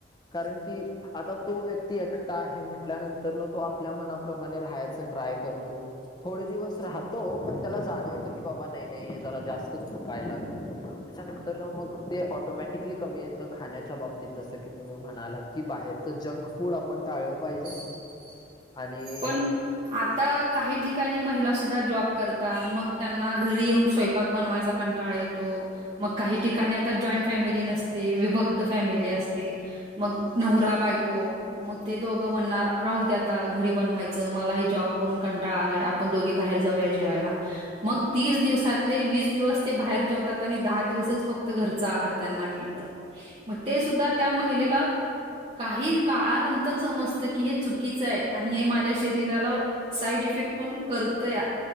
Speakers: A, on the left (about 20°); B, on the right (about 30°).
A: कारण की आता तो व्यक्ती एकटा आहे म्हटल्यानंतर न तो आपल्या मनाप्रमाणे राहायच ट्राय करतो. थोडे दिवस राहतो पण त्याला जाणवतं की बाबा नाही नाही जरा जास्त चुकाय लागले त्याच्यानंतर ना मग ते ऑटोमॅटिकली कमी येतं, खाण्याच्या बाबतीत जसं की तुम्ही म्हणालात की बाहेरच जंक फूड आपण टाळलं पाहिजे.
B: <unintelligible>
A: आणि
B: पण आता काही ठिकाणी महिला सुद्धा जॉब करतात मग त्यांना घरी येऊन स्वय पाक बनवायचा कंटाळा येतो मग काही ठिकाणी आता जॉईंट फॅमिली नसते विभक्त फॅमिली असते. नवरा बायको मग ते दोघं म्हणणार राहू द्या आता घरी बनवायचं मलाही जॉब करून कंटाळा आलाय आपण दोघे बाहेर जाऊया जेवायला मग तीस दिवसातले वीस दिवस ते बाहेर जेवतात आणि दहा दिवसच फक्त घरचा आहार त्यांना मिळतं. मग ते सुद्धा त्या महिलेला काही काळानंतर समजतं की हे चुकीचं आहे. आणि हे माझ्या शरीराला साईड इफेक्ट पण करत या